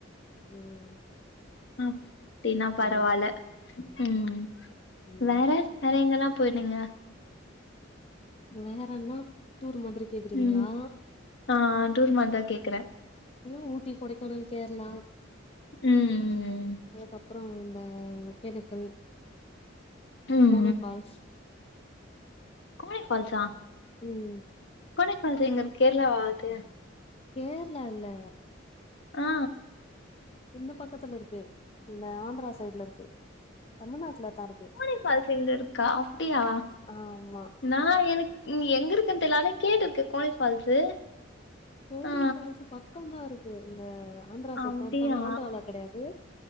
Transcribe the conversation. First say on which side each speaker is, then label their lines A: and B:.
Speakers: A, on the left; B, on the left.
A: ம்
B: ம் அப்டின்னா பரவால
A: ம்
B: ம்
A: ம்
B: வேற வேற எங்கெல்லா போயிருந்தீங்க
A: வேறனா டூர் மாதிரி கேக்குறீங்களா
B: ம் ஆ ஆ டூர் மாதிரி தா கேக்றே
A: ம் ஊட்டி கொடைக்கானல் கேரளா
B: ம் ம் ம்
A: அதுக்கப்றோ இந்த ஒகெனக்கல்
B: ம் ம்
A: கோனே ஃபால்ஸ்
B: கோனே ஃபால்ஸா
A: ம்
B: கோனே ஃபால்ஸ் எங்க இருக்கு கேரளா வா அது
A: கேர்ளா இல்ல
B: ஆ
A: இந்த பக்கத்துல இருக்கு இந்த ஆந்திரா சைட்ல இருக்கு தமிழ்நாட்டுல தா இருக்கு
B: னே ஃபால்ஸ் இங்க இருக்கா அப்டியா
A: ஆமா
B: நா எனக்கு நீ எங்க இருக்க தெர்ல ஆன கேட்டு இருக்கே கோனே ஃபால்ஸு
A: கோனே
B: ஆ
A: ஃபால்ஸ் பக்கந்தா இருக்கு இந்த ஆந்திரா சைட்
B: அப்டியா
A: தா இருக்கு ஆனா ஆந்திரால கெடயாது